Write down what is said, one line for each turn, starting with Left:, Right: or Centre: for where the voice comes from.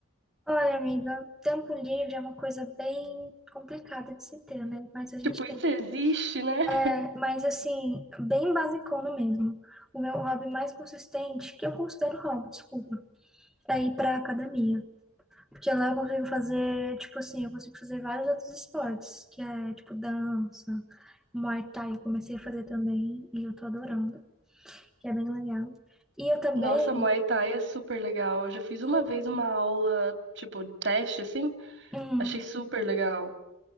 Centre: Olha, amiga, tempo livre é uma coisa bem complicada de se ter, né? Mas a gente
Right: Tipo,
Centre: tenta.
Right: isso existe, né?
Centre: É, mas assim, bem basicona mesmo. O meu hobby mais consistente, que eu considero hobby, desculpa, é ir pra academia. Porque lá eu consigo fazer, tipo assim, eu consigo fazer vários outros esportes, que é tipo dança, Muay Thai, eu comecei a fazer também e eu tô adorando, que é bem legal. E eu também,
Right: Nossa, Muay Thai é super legal. Eu já fiz uma
Centre: sim,
Right: vez uma aula, tipo, teste, assim.
Centre: hum,
Right: Achei super legal.